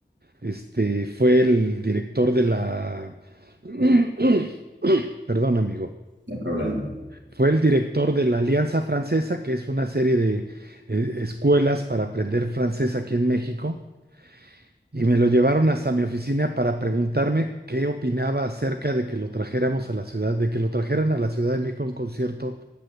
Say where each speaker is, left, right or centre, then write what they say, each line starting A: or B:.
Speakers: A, on the right (about 55°); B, on the right (about 75°).
A: este, fue el director de la, <clears throat> perdón, amigo,
B: no hay problema.
A: fue el director de la Alianza Francesa, que es una serie de eh, escuelas para aprender francés aquí en México, y me lo llevaron hasta mi oficina para preguntarme qué opinaba acerca de que lo trajéramos a la ciudad, de que lo trajeran a la Ciudad de México a un concierto